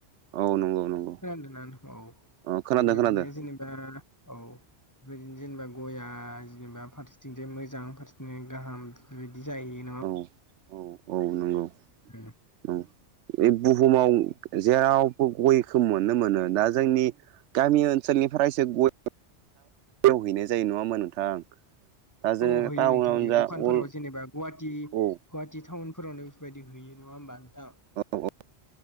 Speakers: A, on the right; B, on the left.
A: औ नंगौ नंगौ
B: खोनादोंना नोंथा औ
A: औ खोनादों
B: बेबायदिनो
A: खोनादों
B: जेनेबा औ बेबायदिनो जेनेबा गया जेनेबा फारसेथिंजाय मोजां फारसेथिं गाहाम बेबायदि जायो
A: औ औ औ नंगौ
B: ओम
A: औ बे बुहुमाव जेराव गयखौ मोननो मोनो दा जोंनि गामि ओनसोलनिफ्रायसो गय टाउव हैनाय जायो नङा होनबा नोंथां दा जोङो
B: औ हैयो
A: टाउनावनो
B: नोंथां हैयो
A: जा
B: दखानफोराव
A: अल
B: जेनेबा गुवाहाटि
A: औ
B: गुवाहाटि टाउनाव बेफोरबायदि होयो नङा होमबा नोंथां
A: औ